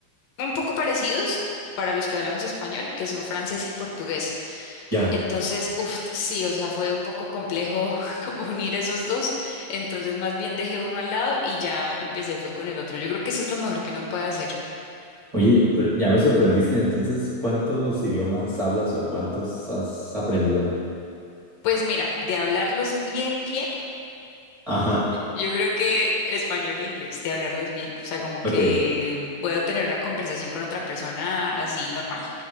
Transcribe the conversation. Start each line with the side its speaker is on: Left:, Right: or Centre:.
Left: un poco parecidos para los que hablamos español, que son francés y portugués.
Right: Ya.
Left: Entonces, uff, sí, o sea, fue un poco complejo <laughs> unir esos dos. Entonces, más bien dejé uno al lado y ya empecé fue con el otro. Yo creo que eso es lo mejor que uno puede hacer.
Right: Oye, pero ya me sorprendiste. Entonces, ¿cuántos idiomas hablas o cuántos has aprendido?
Left: Pues mira, de hablarlos bien, bien,
Right: Ajá,
Left: yo creo que español e inglés, de hablarlos bien. O sea, como
Right: ok,
Left: que puedo tener una conversación con otra persona así normal.